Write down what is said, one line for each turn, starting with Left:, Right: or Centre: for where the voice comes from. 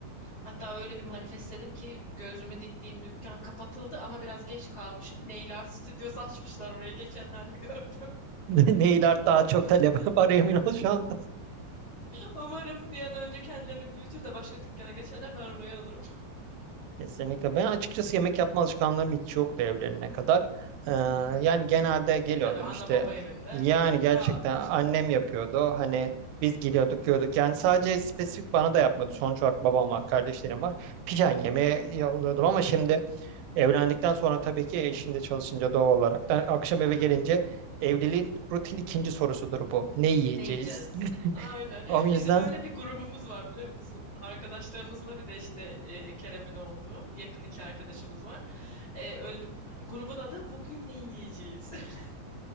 Left: Hatta öyle bir manifestledim ki gözümü diktiğim dükkan kapatıldı ama biraz geç kalmışım. Nail Art Studios açmışlar oraya geçenlerde <laughs> gördüm.
Right: Ne iler
Left: <laughs>
Right: daha çok talep <laughs> var emin ol şu anda.
Left: Umarım bir an önce kendilerini büyütür de başka dükkana geçerler ben orayı alırım.
Right: Kesinlikle. Ben açıkçası yemek yapma alışkanlığım hiç yoktu evlenene kadar. Ee,
Left: Hı hı.
Right: yani genelde geliyordum
Left: E tabii ana
Right: işte
Left: baba evinde
Right: yani gerçekten
Left: rahat.
Right: annem yapıyordu. Hani biz geliyorduk yiyorduk. Yani sadece spesifik bana da yapmıyordu. Sonuç olarak babam var, kardeşlerim var. Pijen yemeği yolluyordum ama şimdi evlendikten sonra tabii ki eşinde çalışınca doğal olarak da akşam eve
Left: Tabii.
Right: gelince evliliğin rutin ikinci sorusudur bu. Ne yiyeceğiz?
Left: Ne yiyeceğiz?
Right: <laughs>
Left: Aynen.
Right: O yüzden
Left: Bizim öyle bir grubumuz var biliyor musun? Arkadaşlarımızla bir de işte e, Kerem'in olduğu yakın iki arkadaşımız var. E, öyle bir grubun adı bugün ne yiyeceğiz? <laughs>